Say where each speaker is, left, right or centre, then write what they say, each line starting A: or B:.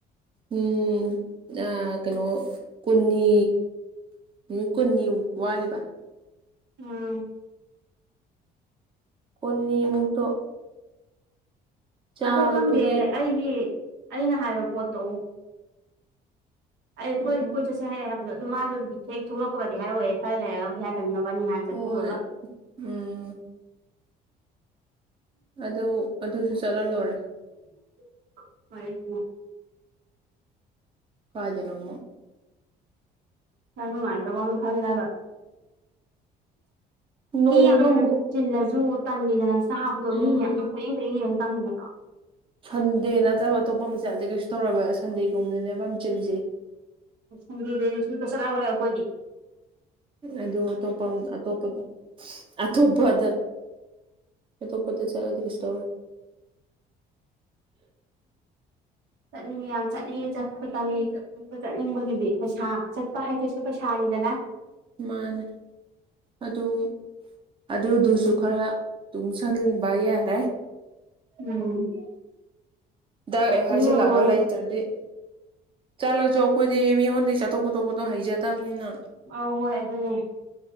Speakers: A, on the right (about 30°); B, on the right (about 85°).
A: ꯎꯝ ꯑ ꯀꯩꯅꯣ ꯀꯨꯟꯅꯤ ꯅꯨꯃꯤꯠ ꯀꯨꯟꯅꯤ ꯋꯥꯠꯂꯤꯕ
B: ꯎꯝ
A: ꯀꯨꯟꯅꯤꯃꯨꯛꯇꯣ ꯆꯥꯕꯗꯨꯗꯤ
B: ꯑꯗꫭ ꯈꯪꯗꯦ ꯑꯩꯒꯤ ꯑꯩꯅ ꯍꯥꯏꯕ ꯄꯣꯠꯇꯣ ꯑꯩꯈꯣꯏ
A: ꯎꯝ
B: ꯀꯣꯏ ꯆꯠꯁꯦ ꯍꯥꯏꯔꯦ ꯍꯥꯏꯕꯗꯣ ꯑꯗꯨ ꯃꯥꯗꯨꯕꯨꯗꯤ ꯍꯦꯛ ꯊꯣꯛꯂꯛꯄꯒꯗꯤ ꯍꯥꯏꯔꯣꯏꯌꯦ ꯈꯔ ꯂꯩꯔꯒꯕꯨꯗꯤ ꯍꯥꯏ ꯅꯕꯅꯤ ꯍꯥꯟ ꯆꯠꯊꯣꯛꯎꯔꯒ
A: ꯍꯣꯏ ꯎꯝ ꯑꯗꯨ ꯑꯗꯨꯁꯨ ꯆꯠꯂ ꯂꫭꯔꯦ
B: <inaudible>
A: ꯀꯥꯏꯗꯅꯣꯃ
B: ꯏꯁꯥ ꯅꯨꯉꯥꯏꯇꯕꯃ ꯈꯜꯂꯒ
A: ꯅꯣꯡꯗ
B: ꯃꯤ ꯌꯥꯝ
A: ꯑꯃꯨꯛ
B: ꯆꯤꯜꯂꯁꯨ ꯇꯜꯂꯤꯗꯅ ꯆꯥꯕꯗꯣ
A: ꯎꯝ
B: ꯃꯤ ꯃꯌꯥꯝ ꯀꫭꯌꯦꯡ ꯀꫭꯌꯦꯡ ꯌꯦꯡꯉ ꯇꯟꯗ꯭ꯔꯣ
A: ꯁꯟꯗꯦ ꯅꯠꯇꯕ ꯑꯇꯣꯞꯄꯝ ꯆꯠꯂꯗꯤ ꯀꯩꯁꯨ ꯇꯧꯔꫭꯏꯕ ꯁꯟꯗꯦꯒꯨꯝꯕꯗꯅꯦꯕ ꯌꯥꯝ ꯆꯤꯜꯂꯤꯁꯦ
B: <inaudible> ꯑꯈꯣꯏꯗꯤ
A: ꯑꯗꯨ ꯑꯇꯣꯞꯄꯝ ꯑꯇꯣꯞꯄꯗ ꯑꯊꯣꯞꯄꯗ ꯑꯇꯣꯞꯄꯗ ꯆꯠꯂꯗꯤ ꯀꯩꯁꯨꯇꯧꯔꫭꯏ <inaudible>
B: ꯆꯠꯅꯤꯉꯦ ꯌꯥꯝ ꯆꯅꯤꯉꯤ ꯆꯠꯄ ꯇꯅꯤ ꯄ ꯆꯠꯅꯤꯡꯕꯒꯤꯗꯤ ꯄꯩꯁꯥ ꯆꯠꯄ ꯍꯥꯏꯁꯤꯁꯨ ꯄꯩꯁꯥꯅꯤꯗꯅ
A: ꯃꯥꯅꯦ ꯑꯗꯨ ꯑꯗꯨꯗꯨꯁꯨ ꯈꯔ ꯇꯨꯡꯁꯟꯕ ꯌꯥꯔꯦ
B: ꯎꯝ
A: ꯗꯛ ꯍꯦꯛ ꯍꯥꯏꯖꯤꯜꯂꯛꯑꯒ
B: ꯃꯤ ꯃꯈꯣꯟ
A: ꯂꯩꯇ꯭ꯔꯗꯤ ꯆꯠꯂꯁꯨ ꯑꯈꯣꯏꯗꯤ ꯃꯤꯉꯣꯟꯗꯒꯤ ꯆꯥꯊꯣꯛ ꯈꯣꯠꯇꯣꯛꯄꯗꫭ ꯍꯩꯖꯗꯕꯅꯤꯅ
B: ꯑꯧ ꯍꯣꯏ ꯑꯗꯨꯅꯦ